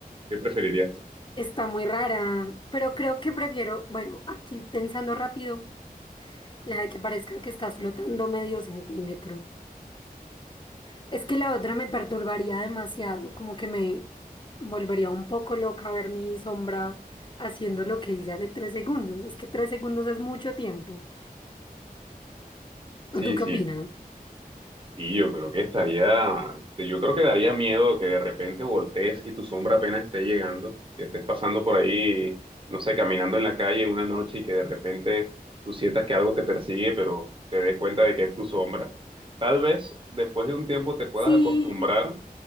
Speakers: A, on the right; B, on the left.
A: ¿Qué preferirías tú?
B: Está muy rara, pero creo que prefiero, bueno, aquí pensando rápido, la de que parezca que estás flotando medio centímetro. Es que la otra me perturbaría demasiado, como que me volvería un poco loca ver mi sombra haciendo lo que hice hace tres segundos. Es que tres segundos es mucho tiempo.
A: Sí,
B: ¿Tú qué
A: sí,
B: opinas?
A: Sí, yo creo que estaría, yo creo que daría miedo que de repente voltees y tu sombra apenas esté llegando, que estés pasando por ahí, no sé, caminando en la calle una noche y que de repente tú sientas que algo te persigue, pero te des cuenta de que es tu sombra. Tal vez después de un tiempo te puedas
B: Sí,
A: acostumbrar,